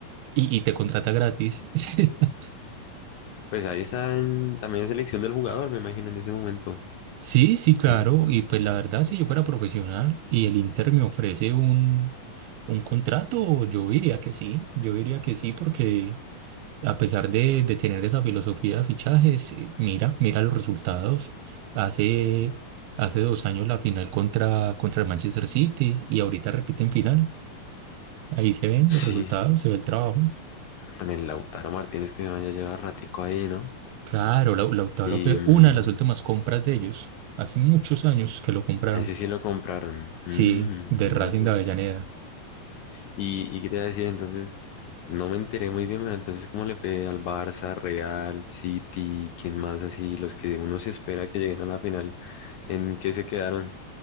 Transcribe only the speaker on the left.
Pues ahí están también selección del jugador, me imagino en ese momento.
Con-
sí,
con el Lautaro Martínez que se vaya a llevar ratico ahí, ¿no?
Y
mm,
a ese sí lo compraron.
Mm,
no, pues,
Y, y qué te iba a decir, entonces, no me enteré muy bien, pero entonces, ¿cómo le fue al Barça, Real, City, quién más así, los que uno se espera que lleguen a la final, ¿en qué se quedaron?